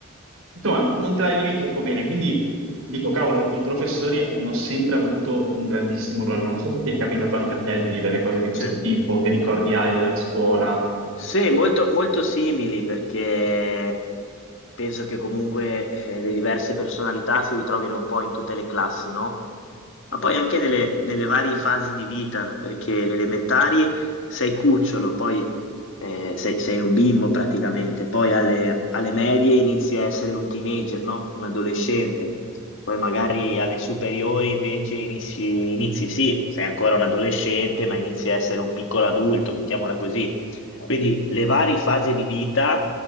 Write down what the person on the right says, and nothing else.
insomma, non te la vivi troppo bene. Quindi dico, cavolo, i professori hanno sempre avuto un grandissimo ruolo. Non so se ti è capitato anche a te di vivere cose di questo
tipo, che ricordi hai della scuola.